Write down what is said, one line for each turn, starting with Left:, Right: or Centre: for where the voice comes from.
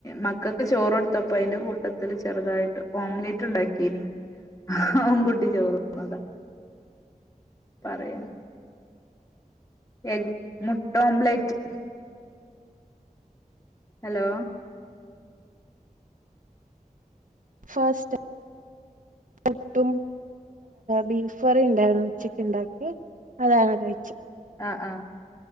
Left: മക്കൾക്ക് ചോറ് കൊടുത്തപ്പോ അയിന്റെ കൂട്ടത്തില് ചെറുതായിട്ട് ഓംലെറ്റ് ഉണ്ടാക്കിനി അതുംകൂട്ടി ചോറ്തിന്നതാ പറയാ എഗ് മുട്ടോംലെറ്റ് ഹലോ
Right: ഫാസ്റ്റ് പുട്ടും ബീഫ് കറി ഉണ്ടരുന്നു ഉച്ചക്ക് ഉണ്ടാക്കി അതാണ് കഴിച്ച
Left: ആ ആ